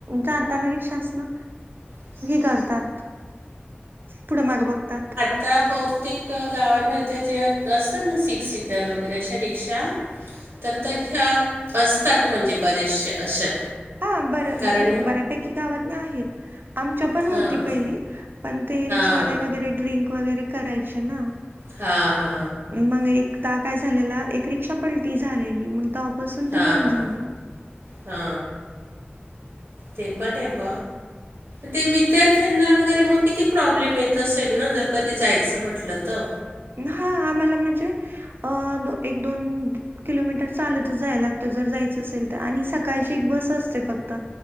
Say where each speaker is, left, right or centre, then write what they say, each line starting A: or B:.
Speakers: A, on the right; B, on the right.
A: जातना रिक्षांच ना.
B: <unintelligible>
A: करतात पुढे माग बघतात.
B: आ त्या बहुतेक गावांमध्ये जे असतात ना सिक्स सीटर वगैरे अशा रिक्षा
A: <unintelligible>
B: तर तशा असतात म्हणजे बरेचसे अशा
A: हा बर म्हणजे
B: कारण
A: बऱ्यापैकी गावातन आहेत आमच्या
B: हां.
A: पण होती पहिली पण ते रिक्षावाले
B: हां.
A: वगैरे ड्रिंक वगैरे करायचे ना
B: हा हा
A: मग एकदा काय झालेला एक रिक्षा पलटी झालेली मग तेव्हापासून
B: हा
A: ते बंद
B: हा
A: झालं.
B: हा तेपणप ते विद्यार्थ्यांना वगैरे मग किती प्रॉब्लेम येत असेल ना जर कधी जायचं म्हटलं तर
A: हा आम्हाला म्हणजे अ दो एक दोन किलोमीटर चालतच जाय लागतं जर जायचं असेल तर आणि सकाळची एक बस असते फक्त